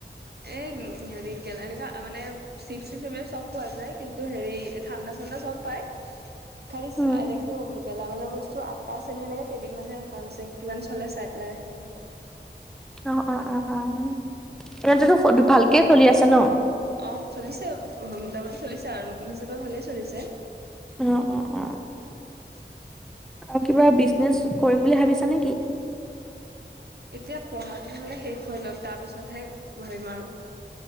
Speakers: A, on the right; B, in the centre.
A: এই হেৰি গেলা গেলা আ মানে- চিৱ চিফ সেইবিলাক চব পোৱা যায়, কিন্তু হেৰি ঠাণ্ডা চাণ্ডা চব পায়। খালিছ
B: উম
A: এনেকেও গেলামাল বস্তু আঠ- কাৰ চেনি লাগে কেইবিধ মানহে ৰখা হৈছে কিমান চলে চাই পেলাই ৰাখিব।
B: অঁ অঁ অঁ অঁ' উম' তেন্তেটো ভালকেই চলি আছে ন।
A: অঁ' চলিছে মোটামুটি চলিছে আৰু নতুন হিচাপে ভালেই চলিছে।
B: অঁ' অঁ অঁ'
A: <inaudible>
B: আৰু কিবা বিজনেচ কৰিম বুলি ভাবিছা নেকি?
A: এতিয়া পঢ়াটো হলে শেষ হৈ লওক, তাৰ পিছতহে কৰিম আৰু।